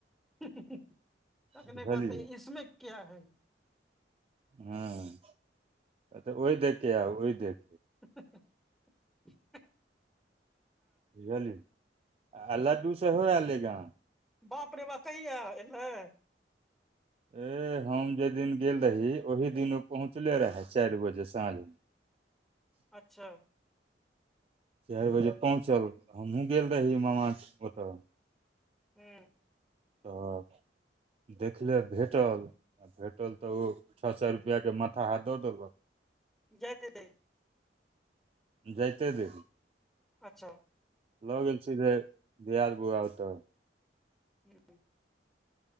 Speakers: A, in the centre; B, on the right.
A: हुँ हह तखने
B: बुझलियै
A: कहते इसमे क्या है
B: हूँ तऽ ओहि देख आउ ओहि देख
A: हँ हह हँए
B: बुझलिय आ लड्डू सेहो ऐल रहै गांव
A: बाप रे बा कहिया ऐलह
B: ए हम जाहि दिन गेल रही ओही दिन ओ पहुँचले रहए चारि बजे साँझ में <inaudible>
A: अच्छा
B: चारि बजे पहुँचल हमह हुँ गेल रही मामा ओतऽ
A: हूँ
B: तऽ देखले भेटल भेटल तऽ ओ छः सए रुपैआ के माथा हाथ दऽ देलक
A: जाइत हैतेय
B: जायइते रहे
A: अच्छा
B: लऽ गेल सीधे दआद बौआ ओतऽ
A: हुं